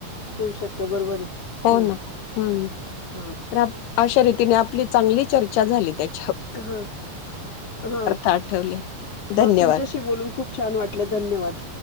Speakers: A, on the left; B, on the left.
A: होऊ शकत बरोबर आहे
B: हो
A: हम्म
B: ना हम्म
A: हा
B: तर अशा रीतीने आपली चांगली चर्चा झाली त्या
A: हा हा
B: आठवले धन्यवाद
A: हा तुमच्याशी बोलून खूप छान वाटले धन्यवाद